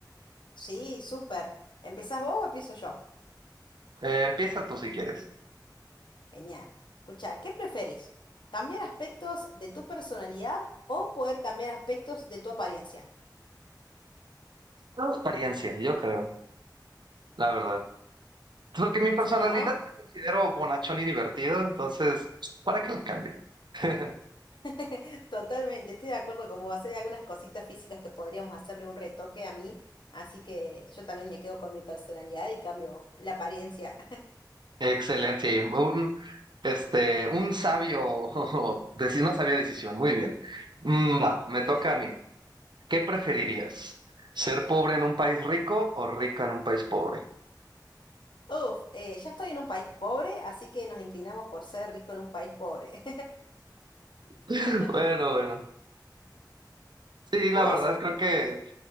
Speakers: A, on the left; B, on the right.
A: Sí, súper. ¿Empezás vos o empiezo yo?
B: Eh, empieza tú si quieres.
A: Genial. Escucha, ¿qué preferís? ¿Cambiar aspectos de tu personalidad o poder cambiar aspectos de tu apariencia?
B: No, experiencia, yo creo, la verdad. Es Porque mi personalidad
A: Sí, ¿no?
B: me considero bonachón y divertido, entonces, ¿para qué la cambio? <laughs>
A: <laughs> Totalmente, estoy de acuerdo con vos. Hay algunas cositas físicas que podríamos hacerle un retoque a mí, así que yo también me quedo con mi personalidad y cambio la apariencia.
B: Excelente, un, este, un sabio, <laughs> deci- una sabia decisión, muy bien. Mm, va, me
A: <laughs>
B: toca a mí. ¿Qué preferirías? ¿Ser pobre en un país rico o rico en un país pobre?
A: Uf, eh, ya estoy en un país pobre, así que nos inclinamos por ser rico en un país pobre.
B: <laughs>
A: <laughs>
B: Bueno, bueno. Sí,
A: ¿Vos?
B: la verdad creo que